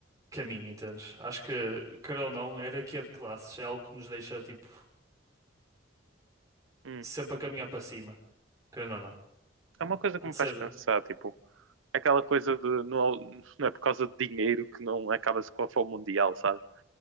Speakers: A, on the right; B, on the right.
A: caminha, entendes? Acho que, quer ou não, hierarquia de classes é algo que nos deixa, tipo,
B: hum,
A: sempre a caminhar para cima. Querendo ou não.
B: é uma coisa
A: Pode
B: que me faz
A: ser.
B: pensar, tipo, aquela coisa de não, não é por causa de dinheiro que não acaba-se com a fome mundial, sabe?